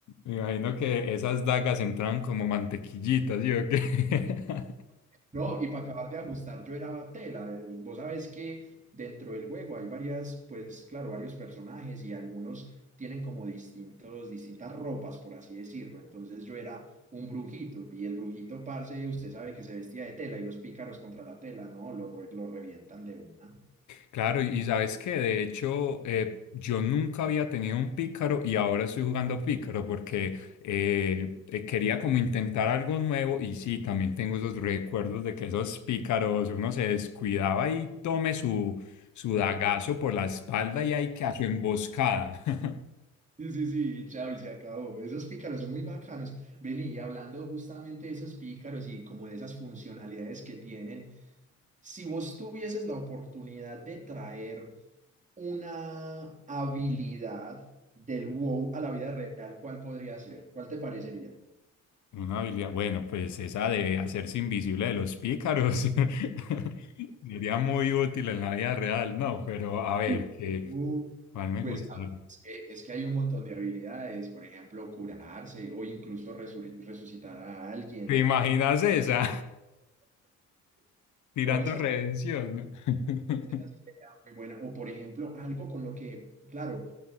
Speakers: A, on the left; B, on the right.
A: Me imagino que esas dagas entraban como mantequillitas, ¿sí o qué? <laughs>
B: No, y para acabar de ajustar, yo era tela. eh, Vos sabés que dentro del juego hay varias, pues claro, varios personajes y algunos tienen como distintos, distintas ropas, por así decirlo. Entonces yo era un brujito y el brujito, parce, usted sabe que se vestía de tela y los pícaros contra la tela, no, lo, re- lo revientan de una.
A: Claro, y y sabes que de hecho eh, yo nunca había tenido un pícaro y ahora estoy jugando pícaro porque eh, eh, quería como intentar algo nuevo y sí, también tengo esos recuerdos de que esos pícaros uno se descuidaba y tome su, su dagazo por la espalda y hay que hacer su emboscada. <laughs>
B: Sí, sí, sí, y chao, y se acabó. Esos pícaros son muy bacanos. Vení, y hablando justamente de esos pícaros y como de esas funcionalidades que tienen, si vos tuvieses la oportunidad de traer una habilidad del WoW a la vida real, ¿cuál podría ser? ¿Cuál te parecería?
A: Una habilidad, bueno, pues esa de hacerse invisible de los pícaros <laughs> sería muy útil en la vida real, ¿no? Pero a ver,
B: Mm.
A: que,
B: Uh,
A: ¿cuál me
B: pues
A: gusta?
B: a- es que, es que hay un montón de habilidades, por ejemplo, curarse o incluso resur- resucitar a alguien.
A: ¿Te imaginas esa? <laughs> Tirando
B: No, esas
A: redención, ¿no? <laughs>
B: Esa sí sería muy buena. O por ejemplo, algo con lo que, claro,